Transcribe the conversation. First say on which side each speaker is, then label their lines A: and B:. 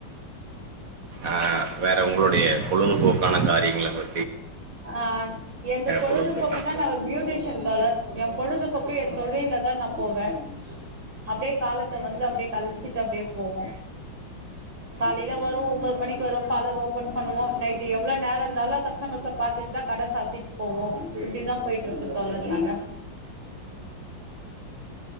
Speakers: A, on the right; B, on the right.
A: ஆஹ் வேற உங்களுடைய பொழுதுபோக்கான காரியங்கள ப
B: ஆ எந்த பொழுதுபோக்குன்னா
A: பொழுதுபோக்கான
B: நா ஒரு பியூட்டிஷியன் தோழர் ஏ பொழுதுபோக்கு என் தொழில்ல தா நா போவே அப்டியே காலத்த வந்து அப்டியே கழிச்சிட்டு அப்டியே போவோ காலைல வருவோ ஒம்போது மணிக்கு வருவோ பார்லர் ஓபன் பண்ணுவோ நைட்டு் எவ்ளோ நேரோ இருந்தாலு கஸ்டமர்ஸ்ஸ பாத்துட்டு தா கட சாத்தீட்டு போவோ இப்டிதா போயிட்டு இருக்கு தோழர் நாங்க